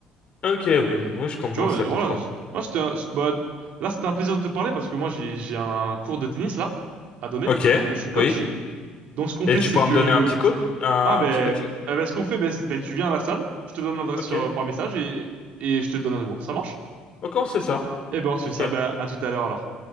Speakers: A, on the left; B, on the right.
A: Ok, oui, oui, je commence
B: Tu vois, euh,
A: à comprendre.
B: voilà. c'est- Moi, c'était, un- c'est- bah, là, c'était un plaisir de te parler parce que moi, j'ai, j'ai un cours de tennis là à donner
A: Ok,
B: parce que je suis coach.
A: oui.
B: Donc, ce qu'on
A: Et
B: fait,
A: tu
B: c'est
A: pourras
B: que,
A: me donner un petit coach, un
B: ah ben,
A: petit coaching?
B: ah, ben, ce qu'on fait, ben, c'est- ben, tu viens à la salle, je te donne l'adresse
A: Ok.
B: sur par message et et je te donne un cours. Ça marche?
A: Ok, on sait ça.
B: Eh ben, on se
A: Nickel.
B: fait ça. Ben, à tout à l'heure alors.